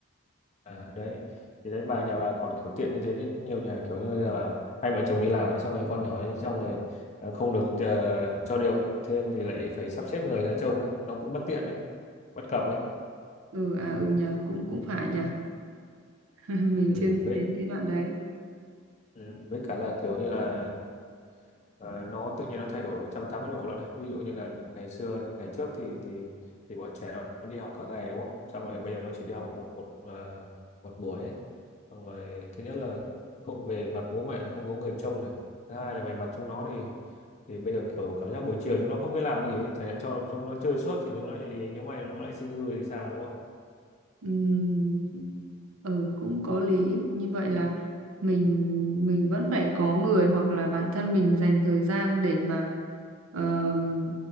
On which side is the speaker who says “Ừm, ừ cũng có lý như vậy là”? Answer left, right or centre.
Right